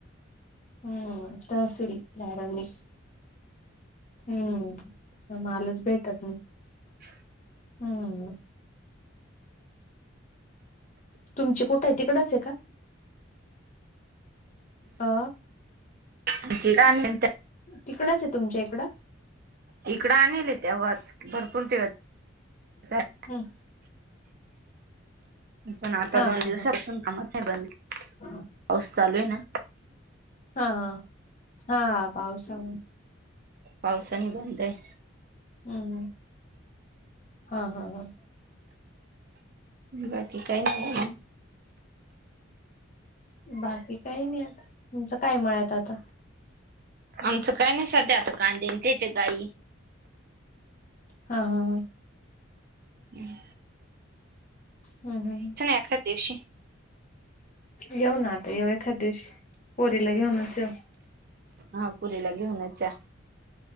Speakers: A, on the left; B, on the right.
A: हम्म तर असेल दहारांनी हम्म मालाच भेटत नाही.
B: <unintelligible>
A: हम्म तुमचे कुठं आहे तिकडच आहे का? अ
B: आमची <unintelligible>
A: तिकडचं तुमच्या इकडं
B: इकडं आणेलं तेव्हाच भरपूर दिवस झाले
A: हम
B: पण आता
A: हा
B: दोन
A: हा
B: दिवसापासून
A: हा
B: कामचं बंद
A: <unintelligible>
B: पाऊसं चालूय ना
A: हा हा... हा पाऊसानी
B: पावसानी बंदय
A: हम्म हम् हा हा हा
B: बाकी काही नाही
A: बाकी काही नाही आता, तुमचं काय मळ्यात आता
B: आमचं काई नाही सध्या आता कांदेन तेचं गाई
A: हा हा हा
B: हम
A: हम्म हम्म
B: एखाद दिवशी
A: येऊ ना आता येऊ एखाद्या दिवशी, पोरीला घेऊनचं येऊ
B: हा पोरीला घेऊनचं या